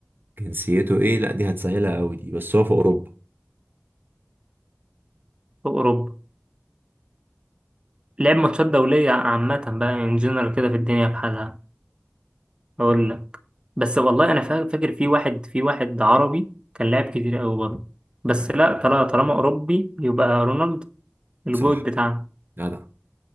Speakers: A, on the right; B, on the right.
A: جنسيته ايه لا دي هتسهلها قوي دي بس هو في اوروبا
B: في اوروبا لعب ماتشات دولية عامة بقى ان جنرال كده في الدنيا بحالها اقول لك بس والله انا فا- فاكر في واحد في واحد عربي كان لاعب كتير قوي برضه بس
A: مم.
B: لا طالما طالما اوروبي يبقى رونالدو الجود
A: صح
B: بتاعنا
A: لا لا